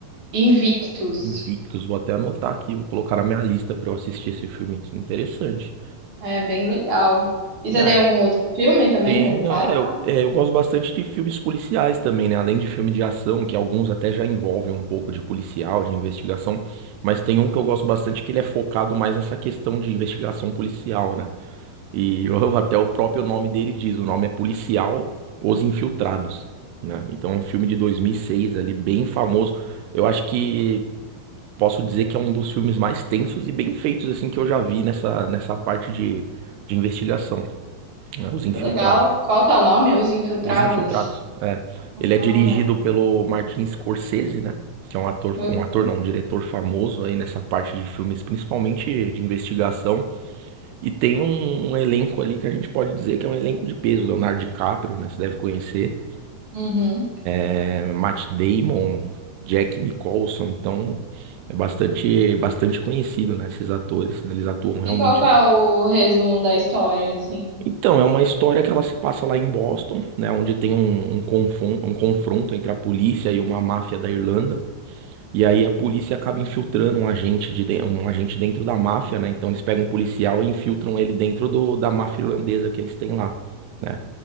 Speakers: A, on the right; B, on the right.
A: Invictus.
B: Invictus, vou até anotar aqui, vou colocar na minha lista pra eu assistir esse filme. Que Interessante.
A: É bem legal. E
B: É,
A: você tem algum outro filme também
B: tenho,
A: para me passar?
B: é, eu, é, eu gosto bastante de filmes policiais também, né? Além de filme de ação, que alguns até já envolvem um pouco de policial, de investigação, mas tem um que eu gosto bastante que ele é focado mais nessa questão de investigação policial, né? E eu- até o próprio nome dele diz, o nome é Policial Os Infiltrados, né? Então é um filme de 2006 ali, bem famoso. Eu acho que posso dizer que é um dos filmes mais tensos e bem feitos assim que eu já vi nessa, nessa parte de, de investigação, né? Os Infiltrados.
A: Que legal. Qual que é o nome? Os Infiltrados.
B: Os Infiltrados, é. Ele é
A: Ah,
B: dirigido pelo Martin Scorsese, né? Que é um ator,
A: eu-
B: um ator não, um diretor famoso aí nessa parte de filmes, principalmente de investigação. E tem um, um elenco ali que a gente pode dizer que é um elenco de peso. Leonardo DiCaprio, né? Você deve conhecer.
A: uhum.
B: É, Matt Damon, Jack Nicholson. Então, é bastante, bastante conhecido, né? Esses atores, né, Eles atuam realmente.
A: E qual que é o resumo da história, assim?
B: Então, é uma história que ela se passa lá em Boston, né? Onde tem um, um confon- um confronto entre a polícia e uma máfia da Irlanda. E aí a polícia acaba infiltrando um agente de, den- um agente dentro da máfia, né? Então eles pegam um policial e infiltram ele dentro do, da máfia irlandesa que eles têm lá, né?